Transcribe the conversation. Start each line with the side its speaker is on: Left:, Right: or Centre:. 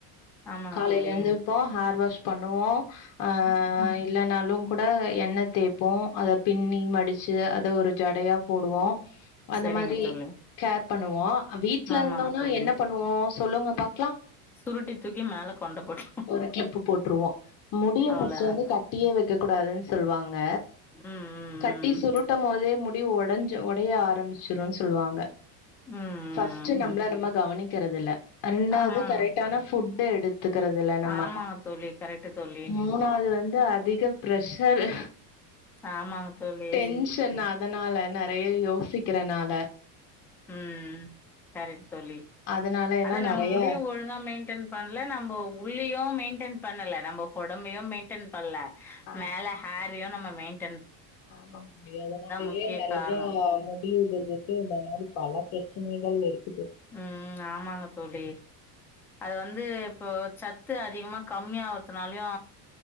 Centre: ஆமாங்க
Left: காலைல
Centre: தோழி
Left: எந்திர்போ ஹேர் வாஷ் பண்ணுவோ ஆஹ்
Centre: ம்
Left: இல்லன்னாலு குட எண்ணெ தேப்போ அத பின்னி மடிச்சி அத ஒரு ஜடையா போடுவோ அந்த
Centre: சரிங்க
Left: மாரி
Centre: தோழி
Left: கேர் பண்ணுவோ அ வீட்ல
Centre: ஆமாங்க
Left: இருந்தோனா
Centre: தோழி
Left: என்ன பண்ணுவோ சொல்லுங்க பாக்லா
Centre: சுருட்டி தூக்கி மேல கொண்ட போட்ரு
Left: ஒரு கிளிப்பு போட்ருவோ முடிய
Centre: அவ்ளோதா
Left: ஃபர்ஸ்ட்டு வந்து கட்டியே வை க்கக் கூடாதுன்னு சொல்வாங்க
Centre: ம் ம்
Left: கட்டி சுருட்ட மோது முட் அப்டி ஒடஞ்சி ஒடைய ஆரமிச்சிருன்னு சொல்வாங்க
Centre: ம் ம்
Left: ஃபஸ்ட்டு
Centre: ம்
Left: நம்ள
Centre: ம்
Left: நம்ப கவனிக் கறதில்ல ரெண்டாவ்து
Centre: ஆமாங்க
Left: கரெட்டான ஃபுட் எடுத் த்துக்கறது இல்ல நம்ப
Centre: ஆமாங்க தோழி கரெக்ட்டு தோழி
Left: மூனாது வந் து அதிகப் ப்ரெஷெரு
Centre: ஆமாங்க தோழி
Left: டென்ஷன் அதனால நெறைய யோசிக்கறனால
Centre: ம் கரெட் தோழி
Left: அதனால எல்லா
Centre: அதா நம்
Left: நெறைய
Centre: முடிய ஒழுங்கா மெயின்டென் பண்ல நம்ப உள்ளியு மெயின்டென் பண்ணல நம்ம கொடம்பயு மெயின்டென் பண்ல
Left: ஆ
Centre: மேல ஹேர் த்ரியு நம்ம மெய்ன்
Left: ஆமா முடியாதனாலயே
Centre: முக்கிய
Left: நெறையா
Centre: காரணோ
Left: முடி உதற்வுக்கு இந்த மாரி பல ப்ரச்சனைகள் இருக்
Centre: ம் ஆமாங்க தோழி அது வந்து இப்போ சத்து அதிகமா கம்மியாவ்றதுனாலியு